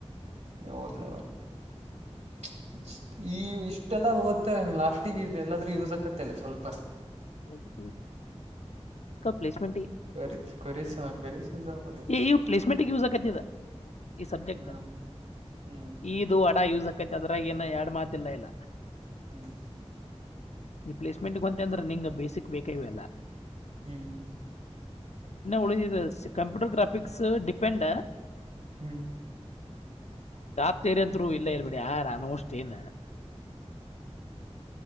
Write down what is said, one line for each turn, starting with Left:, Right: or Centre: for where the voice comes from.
Right: <unintelligible> ಈ ಇಷ್ಟೆಲ್ಲ ಓದ್ತವೆ ಲಾಸ್ಟಗ ಇ ಎಲ್ಲಾದ್ರೂ ಯೂಸ್ ಆಕತ್ತಲ್ಲ ಸ್ವಲ್ಪರ
Left: <unintelligible> ಪ್ಲೇಸ್ಮೆಂಟ್ಗೆ
Right: ಕ್ವೆರಿ ಕ್ವೆರೀಸ್ ಕ್ವೆರೀಸ್ ಯೂಸ್ ಆಗೋದು
Left: ಇವು ಪ್ಲೇಸ್ಮೆಂಟ್ಗೆ ಯೂಸ್ ಆಗತ್ತದ ಈ ಸಬ್ಜೆಕ್ಟ್
Right: ಹ್ಮ ಹ್ಮ್
Left: ಇದು ಅಡ ಇಕ ಅ ಈಗಿನ ಎರಡ್ ಮಾತಿಲ್ಲ ಇಲ್ಲ
Right: ಹ್ಮ್
Left: ನೀ ಪ್ಲೇಸ್ಮೆಂಟ್ಗ್ ಹೊಂತ ಅಂದ್ರೆ ನಿಂಗ್ ಬೇಸಿಕ್ ಬೇಕೇವಲ್ಲ
Right: ಹ್ಮ್
Left: ಇನ್ನ ಉಳಿದಿದೆ ಕಂಪ್ಯೂಟರ್ ಗ್ರಾಫ ಡಿಪೆಂಡ
Right: ಹ್ಮ್
Left: ಗಾತೀರಿತ್ರು ಇಲ್ಲ ಇೇಬಿಡಿ ಆ ಅಲ್ಮೋಸ್ಟ್ ಏನ್